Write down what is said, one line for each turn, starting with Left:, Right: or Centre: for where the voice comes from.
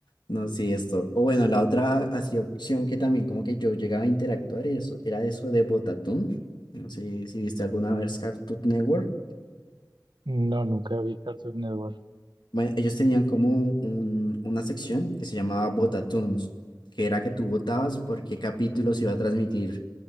Left: no, sí, esto. O bueno, la otra así opción que también como que yo llegaba a interactuar y eso, era eso de Botatún. No sé si viste alguna vez Cartoon Network.
Right: No, nunca vi Cartoon Network.
Left: Bueno, ellos tenían como un- una sección que se llamaba Botatoons, que era que tú votabas por qué capítulo se iba a transmitir